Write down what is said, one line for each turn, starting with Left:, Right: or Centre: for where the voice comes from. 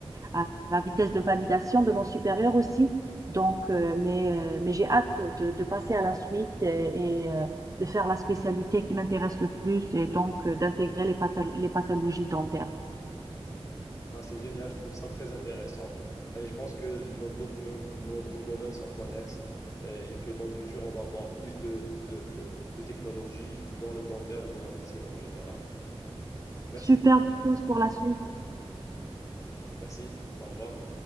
Right: à la vitesse de validation de mon supérieur aussi. Donc, euh, mais, euh, mais j'ai hâte de, de, passer à la suite et, et euh, de faire la spécialité qui m'intéresse le plus et donc euh, d'intégrer les, pathol- les pathologies dentaires.
Left: Ah, c'est génial, je trouve ça très intéressant. Et je pense que nos, do- nos, nos, nos domaines sont connexes euh, et que dans le futur, on va avoir plus de, de, de, de technologies dans le dentaire ou dans la médecine en général. Merci.
Right: Superbe chose pour la suite.
Left: Merci. Au revoir.